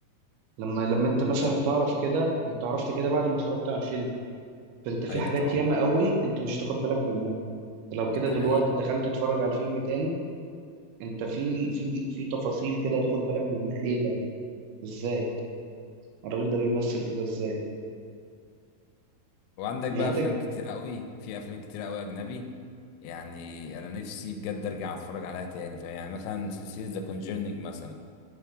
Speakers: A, on the right (about 75°); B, on the left (about 80°).
A: لما لما انت مثلا
B: طب
A: تعرف كده انت عرفت كده بعد ما اتفرجت على الفيلم فانت في
B: ايوه
A: حاجات
B: طبعا
A: ياما قوي انت مش هتاخد بالك منها لو
B: ده
A: كده دلوقتي
B: حقيقة
A: دخلت تتفرج على الفيلم تاني انت في في في تفاصيل كده هتاخد بالك منها ايه ده ازاي الراجل ده بيمثل كده ازاي
B: وعندك
A: يعني
B: بقى
A: انت
B: افلام كتير قوي في افلام كتير قوي اجنبي يعني انا نفسي بجد ارجع اتفرج عليها تاني فاهم يعني مثلا سلسله ذا كونجرنينج مثلا